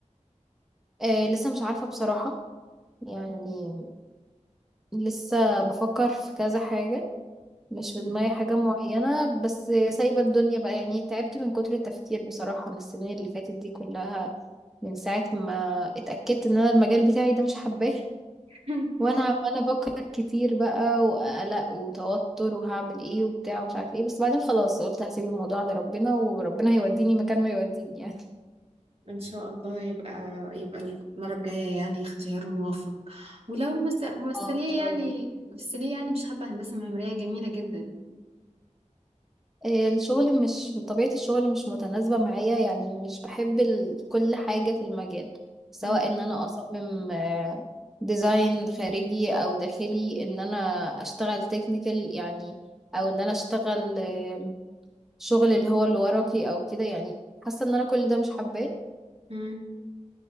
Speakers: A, in the centre; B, on the right (about 50°).
A: آه لسه مش عارفة بصراحة يعني
B: مم.
A: لسه بفكر في كذا حاجة مش في
B: مم.
A: دماغي حاجة معينة بس سايبة الدنيا بقى يعني تعبت من كتر التفكير بصراحة من السنين اللي فاتت دي كلها من ساعة ما اتأكدت ان انا المجال بتاعي ده مش حباه
B: <laughs>
A: وانا عماله افكر كتير بقى وقلق وتوتر وهعمل ايه وبتاع ومش عارف ايه بس بعدين خلاص قلت هسيب الموضوع لربنا وربنا هيوديني مكان ما يوديني يعني
B: ان شاء الله يبقى يبقى المره الجايه يعني اختيار موفق ولو مس- ممثليه
A: اه ان شاء
B: يعني
A: الله
B: ممثليه يعني مش حابه هندسه معماريه جميله جدا
A: <laughs> آه، الشغل مش طبيعة الشغل مش متناسبة معايا يعني مش بحب ال... كل حاجة في المجال سواء
B: مم.
A: ان انا اصمم آه، ديزاين خارجي او داخلي ان انا اشتغل تكنيكال يعني او ان انا اشتغل آه، شغل اللي هو الورقي او كده يعني حاسة ان انا كل ده مش حباه
B: مم.